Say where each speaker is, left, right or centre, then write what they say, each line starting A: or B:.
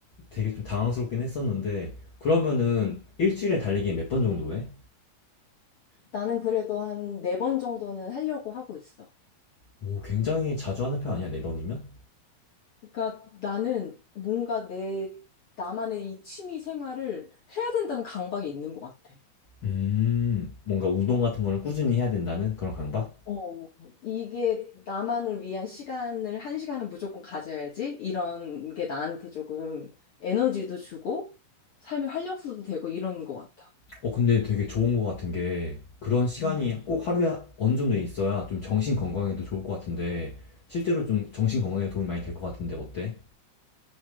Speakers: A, on the left (about 80°); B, on the left (about 60°).
A: 되게 좀 당황스럽긴 했었는데, 그러면은 일주일에 달리기 몇 번 정도 해?
B: 나는 그래도 한 네 번 정도는 하려고 하고 있어.
A: 오, 굉장히 자주 하는 편 아니야, 네 번이면?
B: 그러니까 나는 뭔가 내 나만의 이 취미 생활을 해야 된다는 강박이 있는 것 같아.
A: 음, 뭔가 운동 같은 거를 꾸준히 해야 된다는 그런 강박?
B: 어, 이게 나만을 위한 시간을 한 시간은 무조건 가져야지. 이런 게 나한테 조금 에너지도 주고 삶의 활력소도 되고 이런 것 같아.
A: 어, 근데 되게 좋은 것 같은 게 그런 시간이
B: 음.
A: 꼭 하루에 어느 정도 있어야 좀 정신 건강에도 좋을 것 같은데 실제로 좀 정신 건강에 도움이 많이 될 것 같은데 어때?